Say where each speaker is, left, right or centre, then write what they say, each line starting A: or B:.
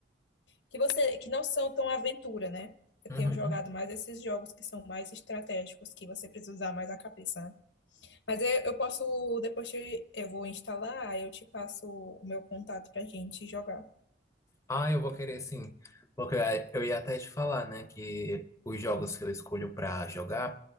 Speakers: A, on the left; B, on the left.
A: que você que não são tão aventura, né? Eu
B: Uhum.
A: tenho jogado mais esses jogos que são mais estratégicos, que você precisa usar mais a cabeça, né? Mas eu, eu posso, depois te- eu vou instalar, aí eu te passo o meu contato pra gente jogar.
B: Ah, eu vou querer sim. Porque eu ia até te falar, né, que os jogos que eu escolho pra jogar,